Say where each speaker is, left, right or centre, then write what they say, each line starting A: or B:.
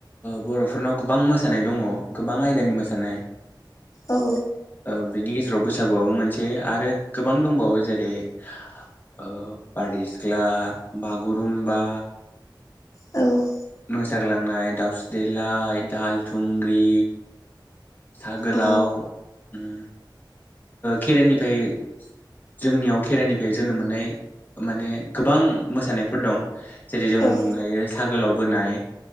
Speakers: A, on the left; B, on the left.
A: बरफोरनाव गोबां मोसानाय दंङ गोबां आयदानि मोसानाय नाय
B: औ
A: ओ बेनि गेज जेराव बैसागुआबो मोनसे आरो गोबां दंबावो जेरै- ओ बारदै सिख्ला बागुरुम्बा
B: औ
A: मोसाग्लांनाय दाउस्रि देलाय दाहाल थुंग्रि सा गोलाव
B: अ
A: ओम केरायनिफ्राय जोंनियाव खेराइनिफ्राय जोनोम मोननाय माने गोबां मोसानायफोर दं जेरै- जों
B: औ
A: बुंनो हायो सा गोलाव बोनाय